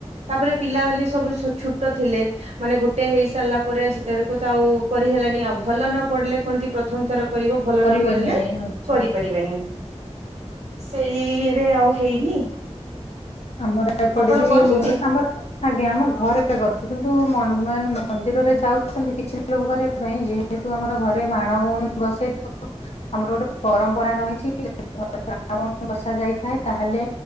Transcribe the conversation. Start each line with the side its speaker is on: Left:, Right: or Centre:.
Right: ତାପରେ ପିଲା ବୋଲି ସବୁ ଛୋଟ ଥିଲେ, ମାନେ ଗୋଟେ ହେଇ ସାରିଲା ପରେ ସେତେବେଳେ କୁ ତ ଆଉ କରିହେଲାନି, ଆଉ ଭଲ ନ ପଡିଲେ କୁହନ୍ତି ପ୍ରଥମ ଥର କରିବ ଭଲ
Left: କରିବେନି
Right: ନ ପଡିଲେ
Left: ଆଚ୍ଛା
Right: କରିପାରିବେନି, ସେଇ ଇଏରେ ଆଉ ହେଇନି?
Left: ଆମର ଏପଟେ
Right: ଆପଣ
Left: ବି
Right: କରୁଛନ୍ତି
Left: ଆମ ଆଜ୍ଞା ଆମ ଘରେ କରୁଛୁ। କିନ୍ତୁ ମେନ୍ ମନ୍ଦିରରେ ଯାଉଛନ୍ତି କିଛି ଲୋକ କରିବା ପାଇଁ, ଯେହେତୁ ଆମର ଘରେ ମାଣ ଗଉଣୀ ବସେଇଥାଉ ଆମର ଗୋଟେ ପରମ୍ପରା ରହିଛି। <unintelligible> <unintelligible> ବସା ଯାଇଥାଏ ତାହେଲେ